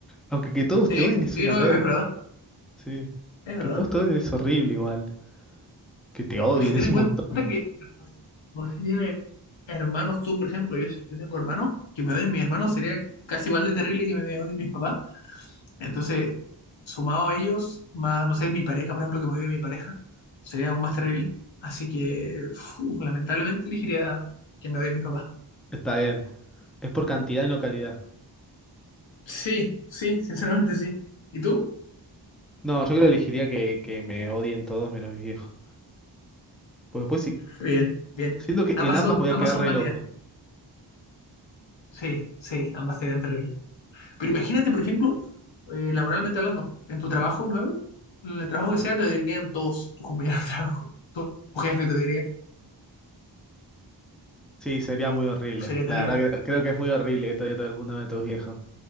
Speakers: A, in the centre; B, on the left (about 85°).
A: Aunque que todos
B: Sí,
A: te odien es
B: sí,
A: una
B: no,
A: verga,
B: es verdad.
A: sí.
B: Es verdad.
A: Que todos te odien es horrible igual. Que te odien
B: Es que ten
A: es
B: en
A: un
B: cuenta
A: montón.
B: que vos si tienes hermanos, tú, por ejemplo, yo, yo tengo hermanos, que me odien mis hermanos sería casi igual de terrible que me odien mis papás. Entonces, sumado a ellos, más, no sé, mi pareja, por ejemplo, que me vive mi pareja, sería aún más terrible. Así que, fu, lamentablemente, elegiría que me odien mis papás.
A: Está bien. Es por cantidad y no calidad.
B: Sí, sí, sinceramente sí. ¿Y tú?
A: No, yo creo que elegiría que, que me odien todos menos mis viejos. Pues después sí-
B: Bien, bien.
A: siento que
B: Ambas
A: en ambas
B: son,
A: voy
B: ambas
A: a quedar
B: son
A: re
B: válidas.
A: loco.
B: Sí, sí, ambas serían terribles. Pero imagínate, por ejemplo, eh, laboralmente hablando, en tu trabajo nuevo, en el trabajo que sea, te dirían todos tus compañeros de trabajo, tu jefe te diría,
A: Sí, sería muy horrible.
B: sería
A: La
B: terrible,
A: verdad que creo que es muy horrible que todavía todo el mundo de tus viejos.